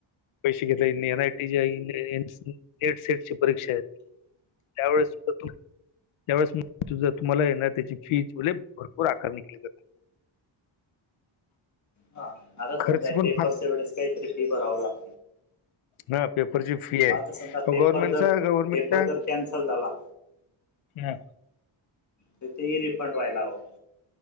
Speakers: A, on the left; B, on the left.
A: पैसे घेतला N I T net set च्या परीक्षा आहेत त्यावेळेस त्यावेळेस मग जर तुम्हाला येणार त्याची फी भरपूर आकार निघली जात
B: हा आता समजा
A: खर्च पण
B: पेपरच्या
A: फार
B: वेळेस काहीतरी फिर भराव लागते
A: हा पेपरची फी फी आहे
B: आता समजा पेपर
A: गव्हर्नमेंटचा
B: जर
A: गव्हर्मेंटला
B: पेपर जर कॅन्सल झाला
A: ह
B: तिथेही रिफंड व्हायला हवं